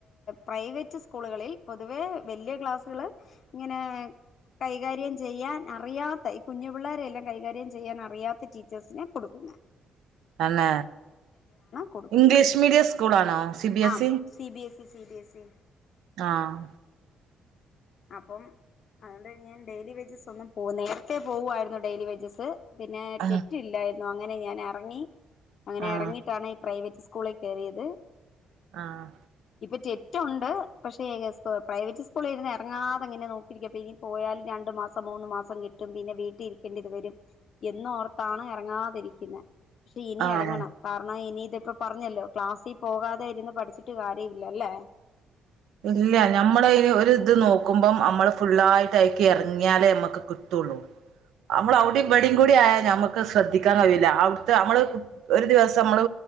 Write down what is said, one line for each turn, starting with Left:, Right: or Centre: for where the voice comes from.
Left: പ്രൈവറ്റ് സ്കൂളുകളിൽ, പൊതുവേ വല്യ ക്ലാസ്സുകള് ഇങ്ങനെ കൈകാര്യം ചെയ്യാൻ അറിയാത്ത ഈ കുഞ്ഞു പിള്ളേരെ എല്ലാം കൈ, കാര്യം ചെയ്യാൻ അറിയാത്ത ടീച്ചേഴ്സിനെ കൊടുക്കുന്നേ
Right: അന്നേ,
Left: കൊടുക്കുന്നത്
Right: ഇംഗ്ലീഷ് മീഡിയം സ്കൂൾ ആണോ സി ബിഎസ്
Left: ആം C B S C B S C
Right: ആഹ്
Left: അപ്പം, അതുകൊണ്ട് ഞാൻ ഡെയിലി വേജസ് ഒന്നും പോ നേരത്തെ പോവായിരുന്നു ഡെയിലി വേജസ്. പിന്നെ
Right: ആഹ്
Left: കെറ്റ് ഇല്ലായ് ന്നു. അങ്ങനെ ഞാൻ എറങ്ങി. അങ്ങനെ
Right: ആഹ്
Left: എറങ്ങിയിട്ടാണ് ഈ പ്രൈവറ്റ് സ്കൂളിൽ കെറിയത്.
Right: ആഹ്.
Left: റ്റെറ്റുണ്ട് പക്ഷേ പ്രൈവറ്റ് സ്കൂളി ഇരുന്നയ. ഇറങ്ങാതെ ഇങ്ങനെ നോക്കിയിരിക്കും അപ്പ ഇനി പോയാലും രണ്ടു മാസം മൂന്ന് മാസം കിട്ടും പിന്നെ വീട്ടിലിരിക്കേണ്ടി ഇത് വരും എന്നോർത്താണ് എറങ്ങാതിരിക്കുന്നെ. പക്ഷെ ഇനി
Right: ആഹ്
Left: എറങ്ങണം കാറണം ഇനി ഇതേ ഒക്കെ പറഞ്ഞല്ലോ ക്ലാസ്സി പോകാതെ ഇരുന്ന് പഠിച്ചിട്ട് കാര്യ ഇല്ലല്ലേ
Right: ഇല്ല ഞമ്മള് ഒരിത് നോക്കുമ്പം അമ്മള് ഫുുള്ളായിട്ട് അയിക്ക് എറങ്ങിയാലേ നമ്മക്ക് കിട്ടുള്ളൂ അമ്മടെ ഔടിം ഇബടിം കൂടി ആയാ ല് നമുക്ക് ശ്രദ്ധിക്കാൻ കഴിയൂല അവിടുത്തെ നമ്മള് ഒരു ദിവസം നമ്മള്